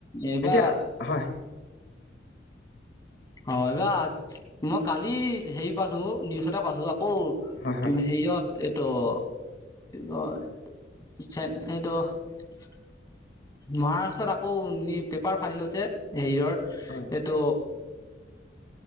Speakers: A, on the left; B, on the left.
A: এইবাৰ
B: এতিয়া, হয়।
A: অঁ, এইবাৰ মই কালি হেৰি পাইছো, নিউজ এটা পাইছো আকৌ-
B: হয় হয়
A: হেৰি অত- এইটো কি কয়? <unintelligible> মহাৰাষ্ট্ৰত, আকৌ নি, পেপাৰ ফাদিল হৈছে, হেৰিয়ৰ
B: হয়।
A: এইটো